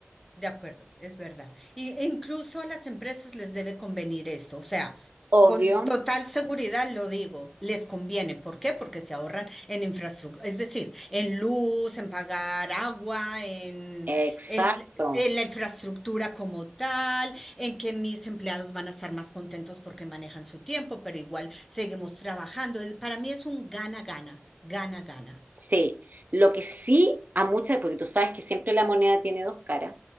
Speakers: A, in the centre; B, on the right.
A: De acuerdo, es verdad. Y incluso a las empresas les debe convenir esto, o sea,
B: Obvio,
A: con total seguridad lo digo, les conviene. ¿Por qué? Porque se ahorran en infraestructura, es decir, en luz, en pagar agua, en,
B: exacto.
A: en, en la infraestructura como tal, en que mis empleados van a estar más contentos porque manejan su tiempo, pero igual seguimos trabajando. Es, para mí es un gana-gana, gana-gana.
B: Sí, lo que sí a muchas, porque tú sabes que siempre la moneda tiene dos caras,